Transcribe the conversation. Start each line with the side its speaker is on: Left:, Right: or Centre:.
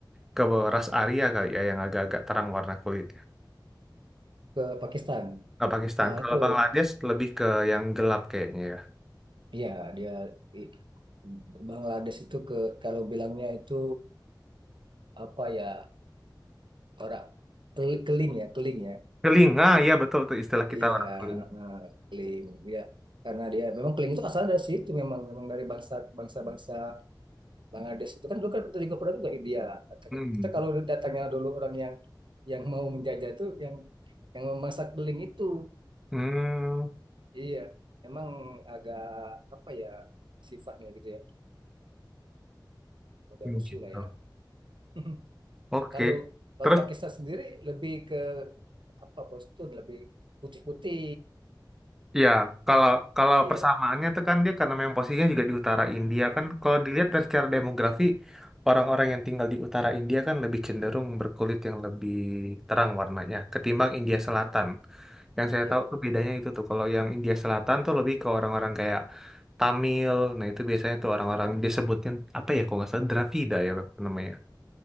Centre: ke ras Arya kali ya yang agak-agak terang warna kulit.
Right: ke Pakistan.
Centre: Nggak Pakistan.
Right: Ah
Centre: Kalau
Right: itu
Centre: Bangladesh lebih ke yang gelap kayaknya ya.
Right: ya dia i- Bangladesh itu ke kalau bilangnya itu apa ya orang kel- keling ya keling ya.
Centre: Keling, ah iya betul tuh istilah kita
Right: Iya,
Centre: orang keling.
Right: eh, keling ya. Karena dia memang keling itu asal dari situ memang memang dari bangsa bangsa-bangsa Bangladesh itu kan dulu kan kita juga pernah juga India
Centre: Hmm.
Right: Kita kalau datangnya dulu orang yang yang mau menjajah itu yang yang memasak beling itu
Centre: Hmm,
Right: iya emang agak apa ya sifatnya gitu ya udah rusuh
Centre: gitu.
Right: lah ya <laughs>
Centre: Oke.
Right: kalau kalau
Centre: Terus
Right: Pakistan sendiri lebih ke apa postur lebih putih-putih
Centre: ya kalau kalau
Right: iya
Centre: persamaannya tuh kan dia karena memang posisinya juga di utara India kan kalau dilihat dari secara demografi orang-orang yang tinggal di utara India kan lebih cenderung berkulit yang lebih terang warnanya ketimbang India Selatan. Yang saya
Right: iya
Centre: tahu
Right: iya
Centre: tuh bedanya itu tuh kalau yang India Selatan tuh lebih ke orang-orang kayak Tamil. Nah, itu biasanya tuh orang-orang disebutnya apa ya kalau nggak salah Dravida ya Bang, namanya.